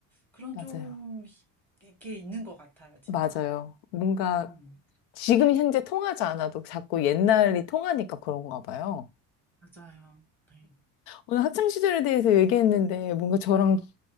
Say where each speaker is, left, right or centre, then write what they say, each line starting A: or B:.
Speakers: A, in the centre; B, on the left.
A: 그런
B: 맞아요.
A: 좀 히- 이게 있는 것 같아요, 진짜.
B: 맞아요. 뭔가
A: 음.
B: 지금 현재 통하지 않아도 자꾸 옛날이 통하니까 그런가 봐요.
A: 맞아요. 네.
B: 오늘 학창 시절에 대해서 얘기했는데 뭔가 저랑